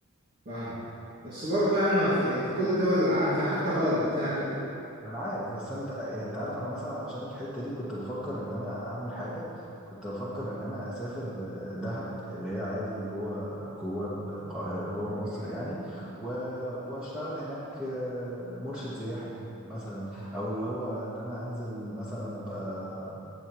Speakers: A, on the right; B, in the centre.
A: فاهمك بس برضو يعني ما في كل دول العالم فيها حتى بلدك فيها كده
B: ما انا عارف بس انت يعني انت عارف انا مثلا عشان الحته دي كنت بفكر ان انا اعمل حاجه كنت بفكر ان انا اسافر آه، دهب اللي هي عادي جوه جوه القاهره جوه مصر
A: أيوة
B: يعني و... واشتغل هناك آه، مرشد سياحي مثلا او اللي هو ان انا انزل مثلا ابقى